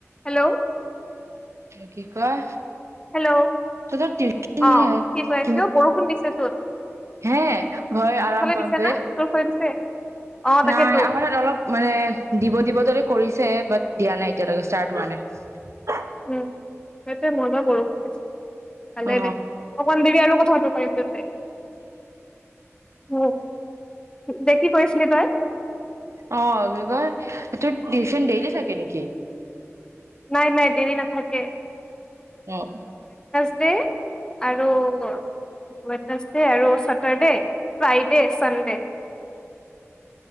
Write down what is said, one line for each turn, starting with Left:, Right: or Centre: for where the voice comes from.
Left: Hello.
Right: কি কয়?
Left: Hello.
Right: তহঁতৰ টিউচন
Left: অ' কি কৈ আছিলো! অ' বৰষুণ দিছেচোন।
Right: হে! ভয়, আৰাম পাম
Left: দিছে
Right: বে।
Left: না তোৰ ফালে দিছে অ তাকেতো
Right: নাই আমাৰ অলপ মানে দিব-দিব দৰে কৰিছে। ছে বাট দিয়া নাই এতিয়ালৈকে। ষ্টাৰ্ট হোৱা নাই।
Left: উম সেইটোৱে, মোৰ তাত বাৰু বৰষুণ দিছে, ভালে
Right: অ
Left: দে অকণ দেৰি আৰু কথা পাতি পাৰিম দে তে। উম দে। কি কৈ আছিলি তই?
Right: অ' কি কয়, তোৰ টিউচন দেইলি থাকে নেকি?
Left: নাই, নাই দেৰি নাথাকে।
Right: অ'।
Left: ডে' আৰু ওৱেডনেছ ডে' আৰু ছেটাৰডে, ' ফ্ৰাইডে', চানডে'